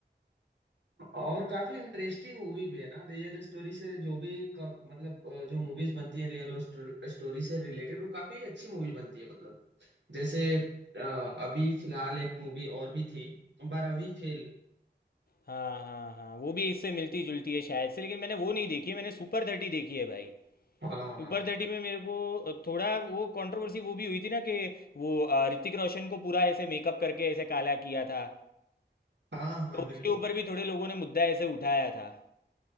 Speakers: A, on the right; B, on the left.
A: और काफी इंटरेस्टिंग मूवी भी है ना रियल स्टोरी से जो भी का, मतलब अ, जो मूवीज बनती है रियल स्टोरी से रिलेटेड वो काफी अच्छी मूवी बनती है मतलब जैसे अ, अभी फिलहाल एक मूवी और भी थी बारहवीं फेल
B: हाँ हाँ हाँ वो भी इससे मिलती जुलती है शायद से लेकिन मैंने वो नहीं देखी है मैंने सुपर थर्टी देखी है भाई
A: हाँ
B: सुपर थर्टी में मेरे को थोड़ा वो कंट्रोवर्सी वो भी हुई थी ना कि वो अ, ऋतिक रोशन को पूरा ऐसे मेकअप करके ऐसे काला किया था
A: हाँ हाँ
B: तो उसके
A: बिल्कुल
B: ऊपर भी थोड़े लोगों ने मुद्दा ऐसे उठाया था